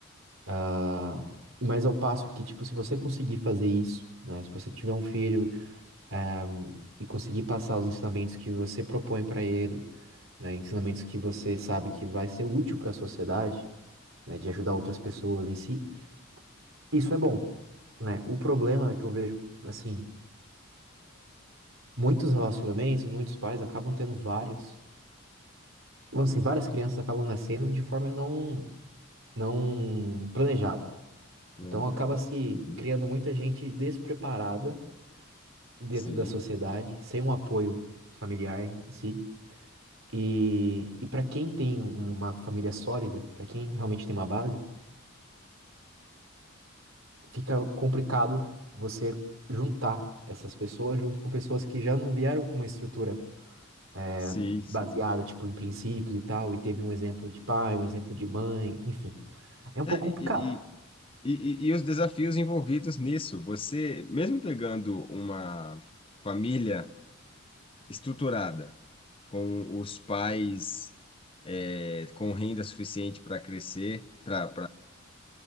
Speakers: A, on the right; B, on the left.
A: Ah, mas ao passo que, tipo, se você conseguir fazer isso, né, se você tiver um filho ahm, e conseguir passar os ensinamentos que você propõe para ele, né, ensinamentos que você sabe que vai ser útil para a sociedade, né, de ajudar outras pessoas em si, isso é bom, né? O problema é que eu vejo, assim, muitos relacionamentos, muitos pais acabam tendo vários, vamos assim, várias crianças acabam nascendo de forma não, não planejada.
B: Planejada.
A: Então acaba se
B: Uhum.
A: criando muita gente despreparada dentro
B: Sim,
A: da sociedade, sem um apoio familiar em si. E, e para quem tem um, uma família sólida, para quem realmente tem uma base, fica complicado você juntar essas pessoas junto com pessoas que já não vieram com uma estrutura é,
B: sim,
A: baseada,
B: sim.
A: tipo, em princípios e tal, e teve um exemplo de pai, um exemplo de mãe, enfim. É um pouco
B: É,
A: complicado.
B: e, e, e, e os desafios envolvidos nisso. Você, mesmo pegando uma família estruturada, com os pais eh, com renda suficiente para crescer, para